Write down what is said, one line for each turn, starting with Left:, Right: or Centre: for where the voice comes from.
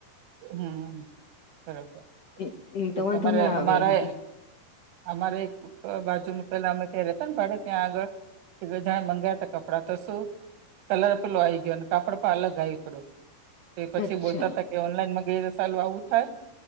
Right: હમ બરોબર
Left: એમ
Right: તો
Left: વાંધો
Right: તમારે
Left: ના આવે
Right: અમારે
Left: એમ કે
Right: અમારે બાજુ મૂકેલા અમે ત્યાં રહેતાને ભાડે ત્યાં આગળ કે જા મંગાય હતા કપડાં તો શું કલર પેલો આ આવી ગયો કાપડ પણ અલગ આયુ એકડો પછી
Left: અચ્છા
Right: બોલતા હતા કે ઓનલાઈન મંગાઈએ તો સાલું આવું થાય